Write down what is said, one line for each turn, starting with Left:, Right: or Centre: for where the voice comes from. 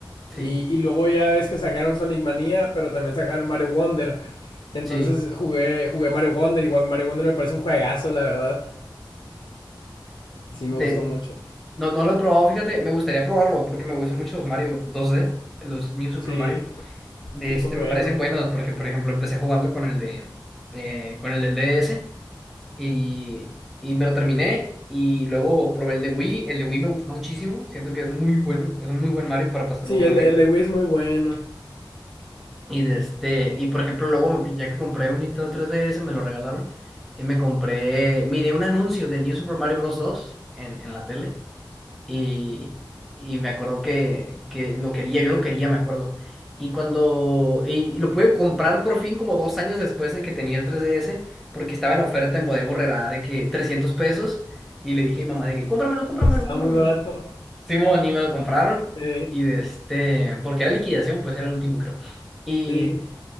Centre: Sí,
Left: Y, y luego ya ves que sacaron Sonic Mania, pero también sacaron Mario Wonder. Entonces
Centre: sí.
Left: jugué, jugué Mario Wonder. Igual Mario Wonder me parece un juegazo, la verdad. Sí, me
Centre: De,
Left: gustó mucho.
Centre: No, no lo he probado, fíjate, me gustaría probarlo porque me gustan mucho los Mario 2D, los New Super
Left: Sí,
Centre: Mario. De
Left: sí,
Centre: este
Left: son
Centre: me
Left: buenos.
Centre: parecen buenos porque, por ejemplo, empecé jugando con el de, eh, con el del DS y, y me lo terminé y luego probé el de Wii. El de Wii me gustó muchísimo, siento que es muy bueno, es un muy buen Mario para pasarlo
Left: Sí,
Centre: con
Left: el,
Centre: amigos.
Left: de- el de Wii es muy bueno.
Centre: Y de este, y por ejemplo, luego ya que compré un Nintendo 3DS, me lo regalaron y me compré, miré un anuncio del New Super Mario Bros. 2 en, en la tele. Y, y me acuerdo que, que lo quería, yo lo quería, me acuerdo. Y cuando, y lo pude comprar por fin como dos años después de que tenía el 3DS, porque estaba en oferta en Bodega Aurrerá de que 300 pesos. Y le dije a mi mamá de que, cómpramelo, cómpramelo,
Left: Estaba
Centre: cómpramelo.
Left: muy barato.
Centre: Simón, y me lo compraron.
Left: Sí,
Centre: Y de este, porque era liquidación, pues era el último, creo. Y,
Left: sí,